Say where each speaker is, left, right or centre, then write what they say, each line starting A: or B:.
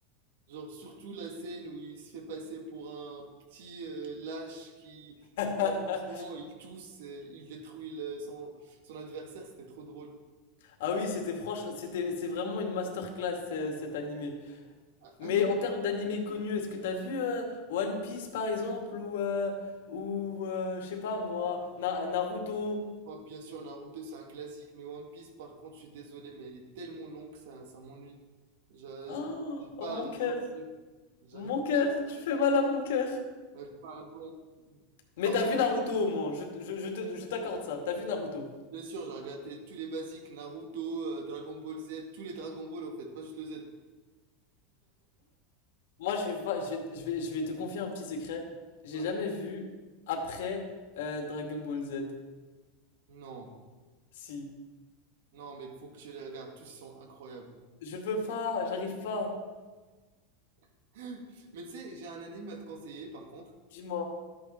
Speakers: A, on the right; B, on the left.
A: genre, surtout la scène où il se fait passer pour un petit euh, lâche qui, est
B: <laughs>
A: pas puissant, il tousse, et il détruit le- son, son adversaire, c'était trop drôle.
B: Ah oui, c'était franche, c'était, c'est vraiment une masterclass euh, cet animé. Mais
A: Un, un
B: en termes d'animés connus, est-ce que t'as vu euh, One Piece par exemple ou euh, ou euh, je sais pas moi Na- Naruto?
A: Oh, bien sûr, Naruto, c'est un classique, mais One Piece, par contre, je suis désolé, mais il est tellement long que ça, ça m'ennuie. Je n'arrive
B: Oh,
A: pas
B: oh, mon
A: à arriver
B: cœur,
A: à suivre. J'arrive-
B: mon cœur, tu fais mal à mon cœur.
A: euh, Pardon.
B: Mais
A: Pardon.
B: t'as vu Naruto au moins, je, je, je te- je t'accorde ça. T'as vu Naruto.
A: Bien sûr, j'ai regardé tous les basiques, Naruto, euh, Dragon Ball Z, tous les Dragon Ball, en fait, pas juste le Z.
B: Moi je vais pas, je vais, je vais, je vais te confier un petit secret. J'ai
A: Ouais.
B: jamais vu après euh, Dragon Ball Z.
A: Non,
B: Si.
A: non, mec, faut que tu les regardes, tous ils sont incroyables.
B: Je peux pas, j'arrive pas.
A: <laughs> Mais tu sais, j'ai un anime à te conseiller, par contre.
B: Dis-moi.